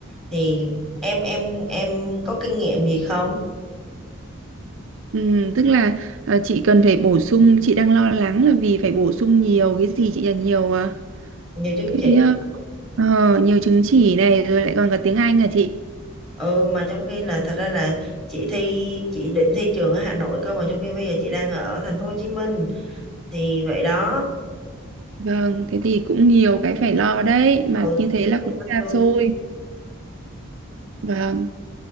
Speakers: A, in the centre; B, on the right.
A: Thì em em em có kinh nghiệm gì không?
B: Ừ, tức là à, chị cần phải bổ sung, chị đang lo lắng là vì phải bổ sung nhiều cái gì chị là nhiều à,
A: nhiều chứng
B: cái
A: chỉ
B: ờ, ờ, nhiều chứng chỉ này rồi lại còn cả tiếng Anh à chị.
A: ừ mà trong khi là thật ra là chị thi chị định thi trường ở Hà Nội cơ mà trong khi bây giờ chị đang ở thành phố Hồ Chí Minh thì vậy đó
B: Vâng, thế thì cũng nhiều cái phải lo đấy, mà
A: ừ,
B: như
A: thì
B: thế là
A: cũng
B: cũng
A: có
B: xa
A: thứ
B: xôi. Vâng,